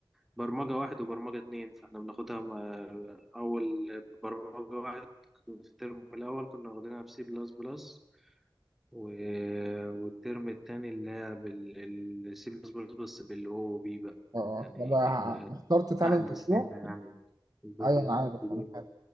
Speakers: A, in the centre; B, on the right.
A: برمجة واحد وبرمجة اتنين فاحنا بناخدها مع- أول برمجة واحد في الترم الأول كنا واخدينها بسي بلس بلس و- والترم التاني اللي هي بالسي بلس بلس بس بالأو أو بي بقى
B: اه اه
A: يعني
B: طب ه- اخترت تعمل
A: أحدث
B: مشروع
A: منها يعني الفيرجنات
B: ايوه انا عارف
A: الجديدة
B: انا فاهم